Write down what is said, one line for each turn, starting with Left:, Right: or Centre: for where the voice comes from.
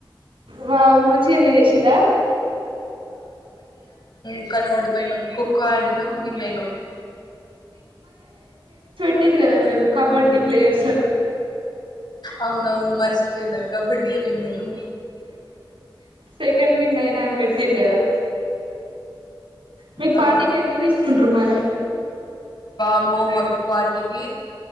Right: వా మంచిగా ఎంజాయ్ చేసరాా
Left: కుక్కను డిపోయినం కుక్క ఆడినం విన్నయన
Right: పట్టర్ కదా మీరు కబడ్డీ ప్లేయర్
Left: అవున అవును మర్చపోయినకు కబదియన్ నేను
Right: సెకండ్ విన్నాయినా పెట్టరు కదా మీకు
Left: ఆ
Right: పార్టీకి ఎంత తీసుకుంటారు మారే
Left: అమ్మ మకుపాటికి